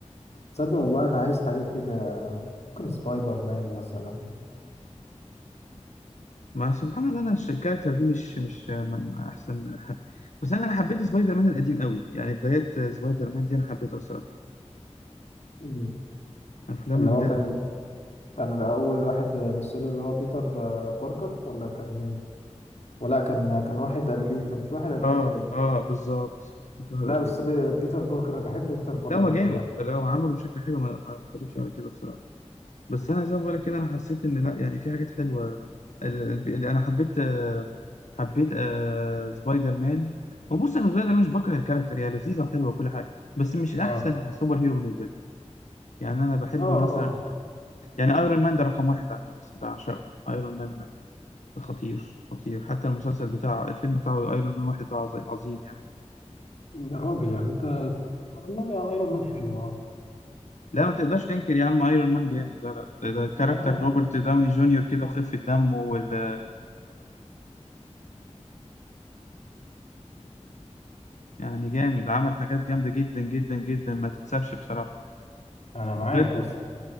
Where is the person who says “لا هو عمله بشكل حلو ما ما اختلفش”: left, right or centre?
Left